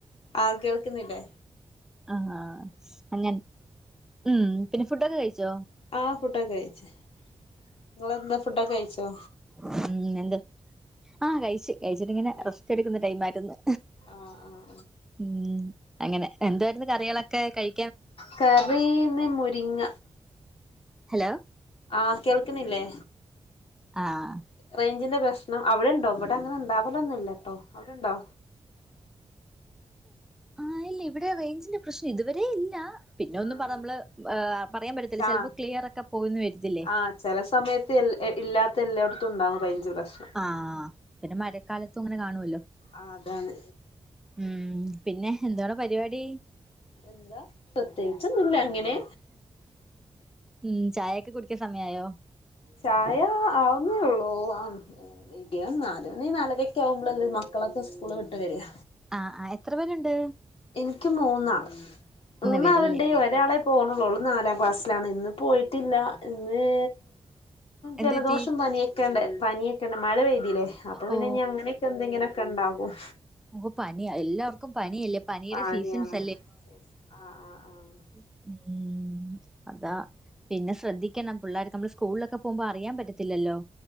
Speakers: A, on the left; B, in the centre.
A: ആഹ് കേൾക്കുന്നിലെ
B: ആഹ് അങ്ങാൻ മ്മ് പിന്നെ ഫുഡൊക്കെ കഴിച്ചോ
A: ആഹ് ഫുഡൊക്കെ കഴിച് നിങ്ങൾ എന്താ ഫുഡൊക്കെ കഴിച്ചോ
B: മ്മ് പിന്നെ എന്ത് ആഹ് കഴിച്ച് കഴിച്ചിട്ട് ഇങ്ങനെ
A: ഏഹ്
B: റെസ്റ്റ് എടുക്കുന്ന ടൈം ആയിരുന്നു
A: ആഹ് ആഹ്
B: മ്മ് അങ്ങനെ എന്തായിരുന്നു കറികള്ളൊക്കെ കഴി
A: കറി ഇന്ന് മുരിങ്ങ
B: ഹലോ
A: ആഹ് കേൾക്കുന്നില്ലേ
B: ആഹ്
A: റേഞ്ചിന്റെ പ്രശ്നം അവിടെ ഉണ്ടോ ഇവിടെ അങ്ങനെ ഉണ്ടാവല്ലൊന്നും ഇല്ലാട്ടോ അവിടെണ്ടോ
B: ആഹ് ഇല്ല ഇവിടെ റേഞ്ചിന്റെ പ്രശ്നം ഇതുവരെ ഇല്ല പിന്നെ
A: ആഹ്
B: ഒന്നും പറ നമ്മള് പറയാൻ പറ്റത്തില്ല
A: ആഹ്
B: ചിലപ്പോ ക്ലിയർ ഒക്കെ പോയിന്ന് വരത്തില്ലേ
A: ആഹ് ചില സമയത്ത് എൽ ഇല്ലാത്ത എല്ലായിടത്തും ഉണ്ടാകും റേഞ്ചിന്റെ പ്രശ്നം
B: ആഹ് പിന്നെ മഴക്കാലത്തും അങ്ങനെ കാണുല്ലോ
A: ആഹ് അതാണ്
B: ഇം പിന്നെ എന്തുവാണ് പരിപാടി
A: എന്താ പ്രത്യേകിച്ച് ഒന്നുല്ല അങ്ങനെ
B: ഉം ചായേക്കെ കുടിക്കാൻ സമയായോ
A: ചായ ആവുന്നെ ഉള്ളു ആഹ് ഇല്ല്യ നാലുമണി നാലരൊക്കെ ആവുമ്പളല്ലേ മക്കളൊക്കെ സ്കൂള് വിട്ട് വെരാ
B: ആഹ് ആഹ് എത്ര പേര്ണ്ട്
A: ഇൻക്ക് മൂന്നാള് മൂന്നാളിണ്ട്
B: പേരില്ലേ
A: ഒരാള് പൊന്നുള്ളൂ ഓളു നാലാം ക്ലാസ്സിലാണ് ഇന്ന് പോയിട്ടില്ല ഇന്നേ
B: എന്ത്
A: ജലദോഷം
B: പറ്റി
A: പനിയൊക്കെണ്ടേ പനി തിക്ക മഴ പെയ്തില്ലേ അപ്പ പിന്നെ
B: ഓ
A: അങ്ങനെയൊക്കെ എന്തെങ്ങനെയൊക്കെ ഉണ്ടാകും
B: മോക്ക് പനിയാ എല്ലാർക്കും പനിയല്ലേ പനിയുടെ
A: ആഹ്
B: സീസൺസ്
A: അനിയാണ് യെസ് ആഹ് ആഹ് ആഹ്
B: ഉ ഉം ഉം അതാ പിന്നെ ശ്രദ്ധിക്കണം പിള്ളേര് നമ്മള് സ്കൂളിലൊക്കെ പോവുമ്പോ അറിയാൻ പറ്റത്തില്ലല്ലോ